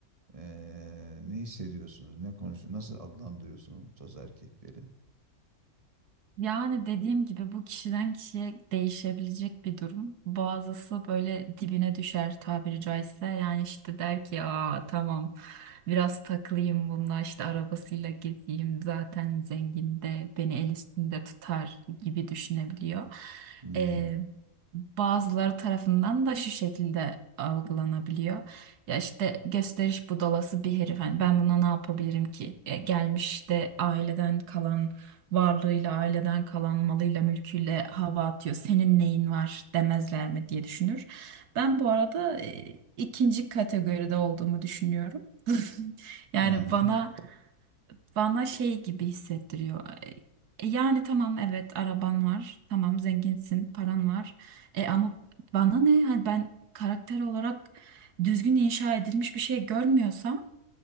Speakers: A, on the right; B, on the right.
A: eee, ne hissediyorsunuz? Ne konuşuyorsunuz? Nasıl adlandırıyorsunuz bu tarz erkekleri?
B: Yani dediğim gibi bu kişiden kişiye değişebilecek bir durum. Bazısı böyle dibine düşer tabiri caizse. Yani işte der ki aa tamam biraz takılayım bununla işte arabasıyla gezeyim zaten zengin de beni el üstünde tutar gibi düşünebiliyor.
A: Hmm,
B: Ee, bazıları tarafından da şu şekilde algılanabiliyor. Ya işte gösteriş budalası bir herif. Hani ben buna ne yapabilirim ki? E, gelmiş de aileden kalan varlığıyla, aileden kalan malıyla, mülküyle hava atıyor. Senin neyin var demezler mi diye düşünür. Ben bu arada e, ikinci kategoride olduğumu düşünüyorum. <laughs> Yani
A: Yani
B: bana bana şey gibi hissettiriyor. E, Yani tamam evet araban var. Tamam zenginsin, paran var. E ama bana ne? Hani ben karakter olarak düzgün inşa edilmiş bir şey görmüyorsam